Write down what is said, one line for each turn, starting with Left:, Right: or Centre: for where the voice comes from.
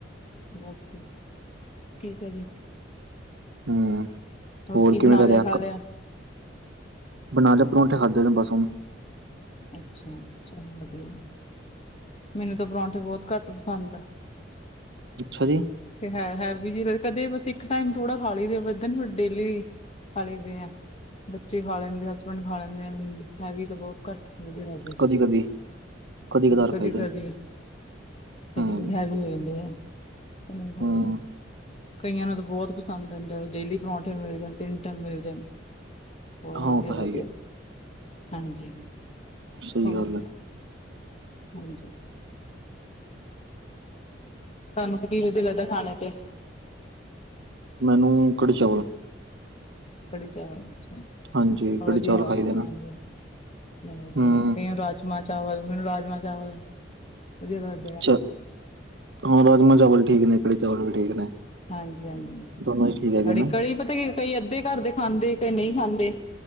Left: ਬਸ ਜੀ ਠੀਕ ਹੈ। ਜੀ-
Right: ਹੂੰ ਹੋਰ
Left: ਕੀ
Right: ਕਿਵੇ
Left: ਬਣਾ
Right: ਦਾ
Left: ਲਿਆ
Right: ਰੇਹਾ
Left: ਖਾ
Right: ਕ
Left: ਲਿਆ
Right: ਬਣਾ ਲਿਆ, ਪਰੌਂਠੇ ਖਾਧਦੇ ਬਸ ਹੁਣ
Left: ਅੱਛਾ ਚਲੋ ਵਧੀਆ। ਮੈਨੂੰ ਤਾਂ ਪਰੌਠੇ ਬੋਤ ਘੱਟ ਪਸੰਦ ਆ।
Right: ਅੱਛਾ ਜੀ।
Left: ਤੇ ਹੈ ਹੈਵੀ ਜੀ ਕਦੇ ਬਸ ਇੱਕ ਟਾਈਮ ਥੋੜਾ ਖਾ ਲਈ ਦੇ ਪਰ ਡੇਲੀ ਖਾਲੀ ਦੇ ਐ, ਬੱਚੇ ਖਾ ਲੈਂਦੇ, ਹਸਬੈਂਡ ਖਾ ਲੈਂਦੇ ਆ ਹੈਵੀ ਤਾਂ ਬਹੁਤ ਘੱਟ ਖਾ ਵਧੀਆ ਲਗ
Right: ਕਦੀ ਕਦੀ, ਕਦੀ ਕਦਾਰ।
Left: ਕਦੀ-ਕਦੀ,
Right: ਖਾਈਦੇ ਨੇ
Left: ਕਦੀ-ਕਦੀ
Right: ਹੂੰ
Left: ਹੈਵੀ ਹੋ ਜਾਂਦੇ ਆ। ਬਨੇ ਚਾਹੀਦੇ
Right: ਹੂੰ
Left: ਕਈਆਂ ਨੂੰ ਤਾਂ ਬੋਤ ਪੰਸ ਸੈਨ ਦਿਨ ਦੇ ਡੇਲੀ ਪਰੌਂਠੇ ਮਿਲ ਜਾਣ ਤਿੰਨ ਟੈਮ ਮਿਲ ਜਾਨ- ਬੋਤ
Right: ਹਾਂ
Left: ਵਦੀਆ
Right: ਉਹ ਤਾਂ
Left: ਲਗਦੇ
Right: ਹੈ ਹੀ ਹੈ।
Left: ਹਾਂਜੀ
Right: ਸਹੀ
Left: ਹੋਰ-
Right: ਗੱਲ ਹੈ
Left: ਹਾਂਜੀ। ਤੁਆਨੂੰ ਕੀ ਵਦੀਆ ਲੱਗਦਾ ਖਾਣੇ ਚ?
Right: ਮੈਨੂੰ ਕੜੀ ਚਾਵਲ
Left: ਕੜੀ ਚਵਲ ਅੱਛਾ
Right: ਹਾਂਜੀ ਕੜੀ
Left: ਵਦੀਆ
Right: ਚਾਵਲ
Left: ਵਾ
Right: ਖਾਈਦੇ ਨੇ
Left: ਹਾਂਜੀ ਵਦੀਆ
Right: ਹੂੰ
Left: ਕਈਆਂ ਨੂੰ ਰਾਜਮਾਂ ਚਾਵਲ ਮੈਨੂੰ ਰਾਜਮਾਂ ਚਾਵਲ ਵਦੀਆ ਲੱਗ
Right: ਛਾ ਹਾਂ ਰਾਜਮ ਚਾਵਲ ਠੀਕ ਨੇ, ਕੜੀ ਚਾਵਲ ਵੀ ਠੀਕ ਨੇ-
Left: ਹਾਂਜੀ-ਹਾਂਜੀ
Right: ਦੋਨੋਂ ਹੀ ਠੀਕ ਹੈਗੇ
Left: ਕੜੀ
Right: ਨਾ
Left: ਕੜੀ ਪਤਾ ਕਈ ਅੱਧੇ ਘਰ ਦੇ ਖਾਂਦੇ ਕਈ ਨਈ ਖਾਂਦੇ